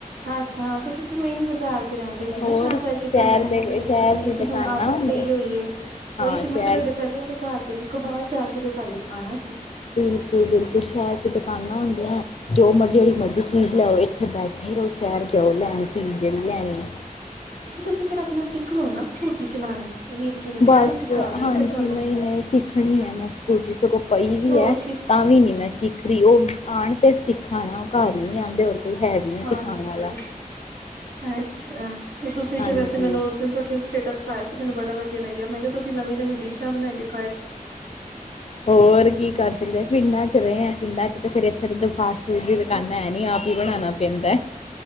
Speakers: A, on the right; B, on the left.
A: ਅੱਛਾਾਂ ਤੁਸੀਂ ਤੇ ਮੇਨ ਬਾਜ਼ਾਰ ਰਹਿੰਦੇ ਸੀ ਨਾ
B: ਹੋਰ
A: ਤਾਂ ਕਰਕੇ
B: ਸ਼ਹਿਰ
A: ਤੁਹਾਨੂੰ ਇੰਨੀ
B: ਦੇ
A: ਕੋਈ ਦਿੱਕਤ
B: ਸ਼ਹਿਰ
A: ਨਹੀਂ
B: ਦੀ
A: ਸੀ
B: ਦੁਕਾਨਾਂ
A: ਹੁਣ ਆਦਤ
B: ਹੁੰਦੇ
A: ਪਈ ਹੋਈ
B: ਹਾਂ
A: ਉਈ ਤੇ ਮੈਂ
B: ਸ਼ਹਿਰ
A: ਕਿਹਾ ਤੁਹਾਡੇ ਪਹਿਲ ਵਾਲ ਦੇ ਘਰ ਦੇ ਕੋ ਬਾਹਰ ਜਾ ਕੇ। ਤੇ ਸਾਰੀ ਦੁਕਾਨਾਂ ਸੀ
B: ਬਿਲਕੁਲ ਬਿਲਕੁਲ ਸ਼ਹਿਰ ਚ ਦੁਕਾਨਾਂ ਹੁੰਦੀਆਂ ਜੋ ਮਰ ਜਿੜੀ ਮਰਜ਼ੀ ਚੀਜ਼ ਲੈ ਆਓ। ਇੱਥੇ ਬੈਠੇ ਰਹੋ ਸ਼ਹਿਰ ਜਾਓ ਲੈਣ ਚੀਜ਼ ਜਹੜੀ ਲੈਣੀ ਹੈ।
A: ਤੇ ਤੁਸੀਂ ਫਿਰ ਆਪਣਾ ਸਿੱਖ ਲਾਉਣਾ ਸਕੂਟੀ ਚਲਾਣੀ। ਤੇ ਵੀਰ ਜੀ ਨੂੰ ਕਹਿ
B: ਬਸ
A: ਦੋ ਸਿਖਾ ਦੇਣਗੇ
B: ਹਾਂਜੀ
A: ਤੁਹਾਨੂੰ
B: ਨਹੀਂ ਨਹੀਂ ਸਿੱਖਣੀ ਹੈ ਮੈਂ ਸਕੂਟੀ ਸਗੋਂ ਪਈ ਵੀ
A: ਹੋਰ
B: ਹੈ
A: ਕੀ
B: ਤਾਂ ਵੀ ਨੀ ਮੈਂ ਸਿੱਖ ਰਹੀ ਉਹ ਆਉਣ ਤੇ ਸਿੱਖਾ ਨਾ ਉਹ ਘਰ ਹੀ ਨੀ ਆ ਕੋਈ ਹੈ ਵੀ ਨਹੀਂ
A: ਹਾਂਜੀ
B: ਸਿਖਾਣੇ ਵਾਲਾ।
A: <inaudible> ਅੱਛਾ ਤੇ ਤੁਸੀਂ
B: ਹਾਂਜੀ
A: ਤੇ ਵੈਸੇ ਮੈਨੂੰ ਉਸ ਦਿਨ ਤੁ ਸਟੇਟਸ ਪਾਇਆ ਸੀ ਮੈਨੂੰ ਬੜਾ ਵਧੀਆ ਲੱਗਿਆ ਮੈਂ ਕਿਹਾ ਤੁਸੀਂ ਨਵੀਂ ਨਵੀ ਡਿਸ਼ <unintelligible>
B: ਹੋਰ ਕੀ ਕਰ ਸਕਦੇ ਪਿੰਡਾਂ ਚ ਰਹੇ ਆ ਪਿੰਡਾਂ ਚ ਤੇ ਫਿਰ ਇੱਥੇ ਦਾ ਫਾਸ ਫੂਡ ਦੀ ਦੁਕਾਨਾਂ ਹੈ ਨੀ। ਆਪ ਹੀ ਬਣਾਉਣਾ ਪੈਂਦਾ।